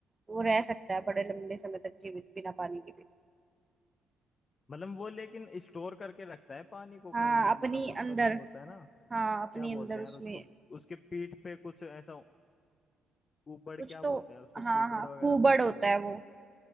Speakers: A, on the right (about 20°); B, on the left (about 35°).
A: वो रह सकता है बड़े लंबे समय तक जीवित बिना पानी के भी
B: मतलब वो लेकिन स्टोर करके रखता है पानी को
A: हाँ
B: कहीं
A: अपनी
B: मतलब उसका
A: अंदर
B: जो होता है ना
A: हाँ अपनी
B: क्या बोलते
A: अंदर
B: हैं
A: उसमें
B: यार उसको उसके पीठ पे कुछ ऐसा कुबड़
A: कुछ
B: क्या
A: तो
B: बोलते हैं यार उसको कुबड़
A: हाँ हाँ
B: वगैरह
A: कुबड़
B: कुछ
A: होता
B: तो बोलते
A: है वो
B: हैं